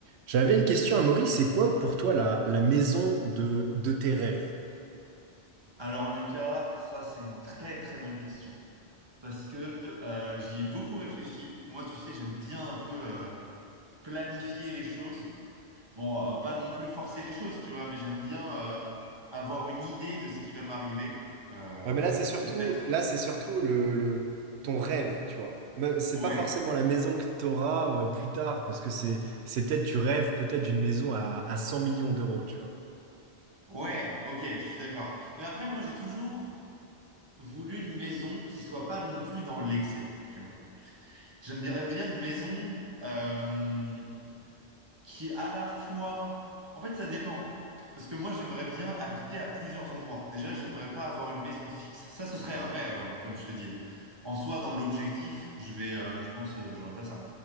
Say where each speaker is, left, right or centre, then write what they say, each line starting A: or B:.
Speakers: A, on the right (about 70°); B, on the right (about 25°).
A: J'avais une question à Maurice, c'est quoi pour toi la, la maison de, de tes rêves?
B: Alors Lucas, ça c'est une très très bonne question parce que euh, j'y ai beaucoup réfléchi. Moi, tu sais, j'aime bien un peu euh, planifier les choses. Bon, euh, pas non plus forcer les choses, tu vois, mais j'aime bien euh, avoir une idée de ce qui va m'arriver. Euh,
A: Ouais, mais là, c'est surtout,
B: c'est peut-être...
A: là, c'est surtout le, le- ton rêve, tu vois. Mais C'est
B: Ouais,
A: pas forcément la maison que tu auras plus tard, parce que c'est, c'est peut-être, tu rêves peut-être d'une maison à, à 100 millions d'euros, tu vois.
B: ouais, ok, je suis d'accord. Mais après, moi, j'ai toujours voulu une maison qui soit pas non plus dans l'excès, tu vois. J'aimerais bien bien une maison... euh, qui à la fois... En fait, ça dépend. Parce que moi, j'aimerais bien habiter à plusieurs endroits. Déjà, j'aimerais pas avoir une maison fixe. Ça, ce serait un rêve, hein, comme je te dis. En soi, dans l'objectif, je vais, euh, je pense, euh, j'aurais pas ça.